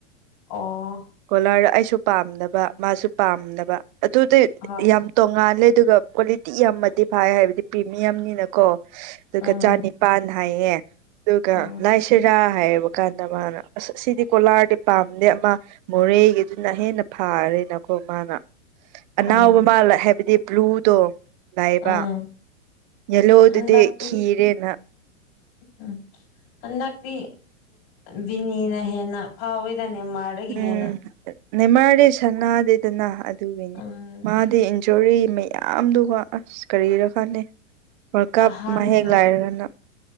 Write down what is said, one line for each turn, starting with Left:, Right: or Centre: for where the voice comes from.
Left: ꯑꯣ
Right: ꯀꯣꯂꯥꯔ ꯑꯩꯁꯨ ꯄꯥꯝꯗꯕ ꯃꯥꯁꯨ ꯄꯥꯝꯗꯕ ꯑꯗꯨꯗꯤ
Left: ꯍꯣꯏ
Right: ꯌꯥꯝ ꯇꯣꯉꯥꯜꯂꯦ ꯑꯗꯨꯒ ꯀ꯭ꯋꯥꯂꯤꯇꯤ ꯌꯥꯝꯃꯗꯤ ꯐꯩ ꯍꯥꯏꯕꯗꯤ ꯄ꯭ꯔꯤꯃꯤꯌꯝꯅꯤꯅꯀꯣ ꯑꯗꯨꯒ
Left: ꯎꯝ
Right: ꯆꯅꯤꯄꯥꯟ ꯍꯥꯏꯌꯦ ꯑꯗꯨꯒ
Left: ꯎꯝ
Right: ꯂꯩꯁꯤꯔꯥ ꯍꯥꯏꯌꯦꯕ ꯀꯥꯟꯅꯕꯅ ꯑꯁ ꯁꯤꯗꯤ ꯀꯣꯂꯥꯔꯗꯤ ꯄꯥꯝꯗꯦ ꯑꯃ ꯃꯣꯔꯦꯒꯤꯗꯨꯅ ꯍꯦꯟꯅ ꯐꯥꯔꯦꯅꯀꯣ ꯃꯥꯅ ꯑꯅꯥꯎꯕ
Left: ꯎꯝ
Right: ꯃꯥꯜꯂꯦ ꯍꯥꯏꯕꯗꯤ ꯕ꯭ꯂꯨ ꯗꯣ ꯂꯩꯕ
Left: ꯎꯝ
Right: ꯌꯦꯂꯣꯗꯨꯗꯤ
Left: ꯍꯟꯗꯛꯇꯤ
Right: ꯈꯤꯔꯦꯅ
Left: ꯎꯝ ꯍꯟꯗꯛꯗꯤ ꯕꯤꯅꯤꯅ ꯍꯦꯟꯅ ꯐꯥꯎꯋꯦꯗ ꯅꯦꯃꯥꯔꯗꯒꯤ
Right: ꯎꯝ
Left: ꯍꯦꯟꯅ
Right: ꯅꯦꯃꯥꯔꯗꯤ ꯁꯟꯅꯥꯗꯦꯗꯅ ꯑꯗꯨꯒꯤꯅꯤ
Left: ꯎꯝ
Right: ꯃꯥꯗꯤ ꯖꯣꯔꯤ ꯃꯌꯥꯝꯗꯨꯒ ꯑꯁ ꯀꯔꯤꯔ ꯈꯟꯗꯦ ꯋꯥꯔꯜ ꯀꯞ
Left: ꯑꯍꯟꯁꯨ
Right: ꯑꯃ ꯍꯦꯛ ꯂꯥꯏꯔꯒꯅ